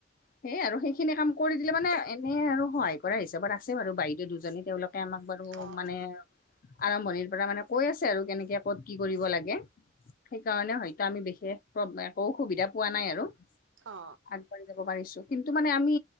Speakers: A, on the left (about 45°); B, on the right (about 75°).
A: সেই আৰু সেইখিনি কাম কৰি দিলে মানে। এনেই আৰু সহায় কৰা হিচাপত আছে বাৰু বাইদেউ দুজনী তেওঁলোকে আমাক বাৰু
B: অ',
A: মানে।
B: অ',
A: আৰম্ভণিৰ পৰা মানে কৈ আছে আৰু কেনেকে ক'ত কি কৰিব লাগে। সেইকাৰণে হয়তো আমি বিশেষ একোসুবিধা পোৱা নাই আৰু।
B: অ।
A: আগবাঢ়ি যাব পাৰিছো কিন্তু মানে আমি